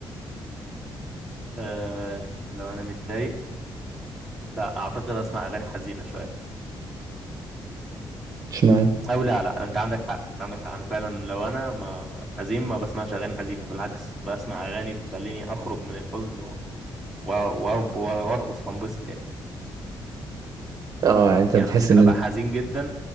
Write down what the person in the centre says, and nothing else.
آه، لو انا متضايق لا اعتقد اسمع اغاني حزينه شويه
او لا لا انت عندك حق انت عندك حق انا فعلا لو انا ما حزين ما بسمعش اغاني حزينه بالعكس بسمع اغاني تخليني اخرج من الحزن و- و- و- وارقص وانبسط يعني
يعني
ممكن
ابقى حزين جدا